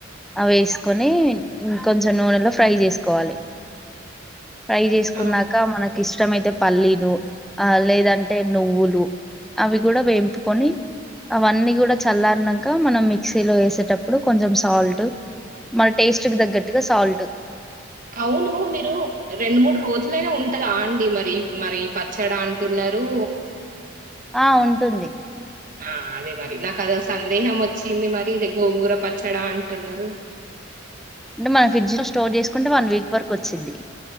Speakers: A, in the centre; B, on the right (about 45°).
A: అవి వేసుకొని
B: ఆ,
A: కొంచెం నూనెలో ఫ్రై చేసుకోవాలి ఫ్రై చేసుకున్నాక
B: అవునా
A: మనకి ఇష్టంమయితే పల్లీలు ఆ లేదంటే నువ్వులు అవి కూడా వేంపుకొని, అవన్నీ కూడా చల్లారన్నాక మనం మిక్సీలో వేసే తప్పుడు కొంచెం సాల్ట్ మన టేస్ట్ తగ్గట్టుగా సాల్ట్
B: అవును మీరు రెండు మూడు రోజులైనా ఉంటదా అండి మరి మరి పచ్చడ అంటున్నారు
A: ఆ ఉంటుంది
B: ఆ అదే మరి నాకు అది వస్తే సందేహం వచ్చింది మరి గోంగూర పచ్చడా అంటున్నారు
A: అంటే మన ఫ్రిడ్జ్ ను స్టోర్ చేసుకుంటే వన్ వీక్ వరకు వచ్చిద్ది